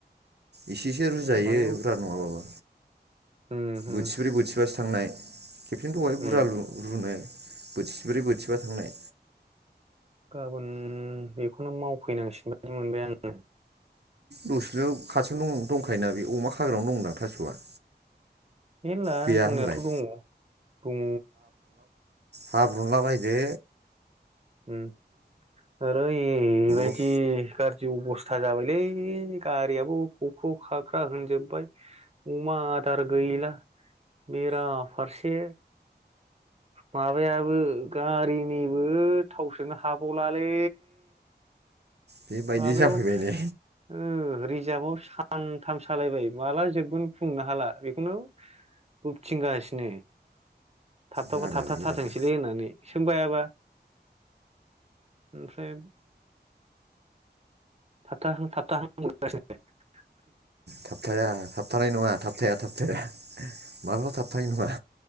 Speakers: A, on the right (about 70°); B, on the right (about 35°).
A: इसेसो रुजायो
B: माने
A: बुरा नङाबाबो।
B: उम उम
A: बोथिब्रै बोथिबासो थांनाय। खेबसेनो दहाय
B: उम
A: बुरजा लु रुनो बोथिब्रै बोथिबा थांनाय।
B: गाबोन बेखौनो मावफैनांसिगोन बायदि मोनबाय आङो।
A: दसेल' खाथियाव दं दंखायोना बे अमा खाग्रायावनो दं दा थास'आ
B: मेनला
A: गैया
B: दंनायाथ
A: होनलाय
B: दङ दङ
A: हाब्रुना लायदो
B: उम आरैबायदि
A: अरल'
B: गार जि अबस्था जाबायलै गारियाबो अके खाख्रा होनजोबबाय अमा आदार गैला बेराफारसे माबायाबो गारिनिबो थाव सोनो हाबावलालै।
A: बेबायदि
B: माबायाव
A: जाफैबाय
B: ओ
A: नै
B: रिजारभआव सां थाम सालायबाय माला जोबगोन बुंनोनो हाला बेखौनो बोबथिंगासिनो थाबथाबा
A: जालालै
B: थाबथाब
A: जाला
B: थारथोंसैलै होननानै सोमबायाबा ओमफ्राय थाबथाहां थाबथाहां <unintelligible>
A: थाबथाया थाबथानाय नङा थाबथाया थाब <inaudible> माला थाब नाय नङा